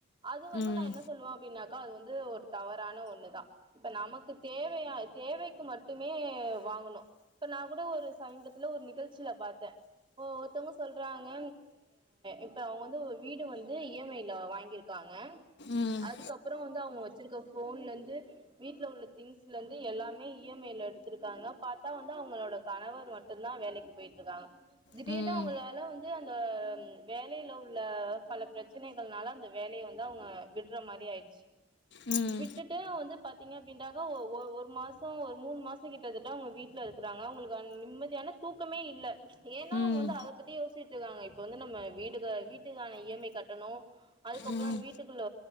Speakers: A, on the right; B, on the left.
A: அது வந்து
B: ம்
A: நா என்ன சொல்லுவ அப்டினாக் க அது வந்து ஒரு தவறான ஒன்னு தா இப்ப நமக்கு தேவயா தேவைக்கு மட்டுமே வாங்கணு இப்ப நா கூட ஒரு சமீபத்துல ஒரு நிகழ்ச்சில பாத்தே ஒருத்தங்க சொல்றாங்க இப்ப அவுங்க வந்து வீடு வந்து இ எம் ஐ ல வாங்கிருக்காங்க
B: ம்
A: அதுக்கப்றோ வந்து அவுங்க வச்சிருக்க போன்லந்து வீட்ல உள்ள திங்ஸ்லந்து எல்லாமே இ எம் ஐ ல எடுத்துருக்காங்க பாத்தா வந்து அவுங்களோட கணவர் மட்டூதா வேலைக்கு போயிட் இருக்காங்க திடீர்னு
B: ம்
A: அவுங்களால வந்து அந்த வேலையில உள்ள பல பிரச்சனைகள்னால அந்த வேலைய வந்து அவுங்க விடுற மாறி ஆய்டுச்சி
B: ம்
A: விட்டுட்டு வந்து பத் தீங்க அப்டீன்டாகா ஒரு மாசோ ஒரு மூணு மாச கிட்டத்தட்ட அவுங்க வீட்ல இருக்குறாங்க அவுங்ளுக் நிம்மதியான தூக்கமே இல்ல ஏனா
B: ம்
A: அவுங்க வந்து
B: ம்
A: அத பத்தி யோஸ்சிட் இருக்காங்க இப்ப வந்து நம்ம வீடு வீட்டுக்கான இ எம் ஐ கட்டணு அதுக்கப்றோ
B: ம்
A: வீட்டுக்குள்ள